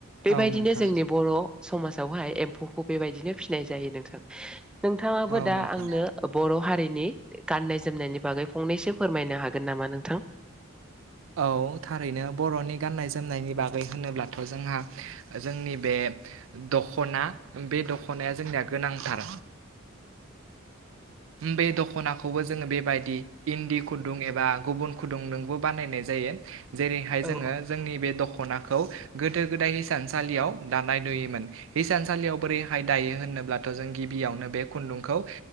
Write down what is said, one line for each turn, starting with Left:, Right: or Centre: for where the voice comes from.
Centre: बेबायदिनो
Right: औ नोंथां
Centre: जोंनि बर' समाजावहाय एम्फौखौ बेबायदिनो फिसिनाय नों नोंथाङाबो
Right: औ
Centre: दा
Right: नोंथां
Centre: आंनो बर' हारिनि गाननाय जोमनायनि बागै फं फंनैसो फोरमायनो हागोन नामा नोंथां
Right: औ थारैनो बर'नि गाननाय जोमनायनि बागै होनोब्लाथ' जोंहा जोंनि बे दख'ना बे दख'नाया जोंनिया गोनांथार बे दख'नाखौबो जोङो बेबायदि इन्दि खुदुं एबा गुबुन खुदुं नोंबो बानायनाय जायो जेरैहाय जोङो
Centre: औ
Right: जोंनि बे दख'ना खौ गोदो गोदाय हिसानसालियाव दानाय नुयोमोन हिसानसालियाव बोरैहाय दायो होनोब्ला जों गिबियावनो बे खुन्दुंखौ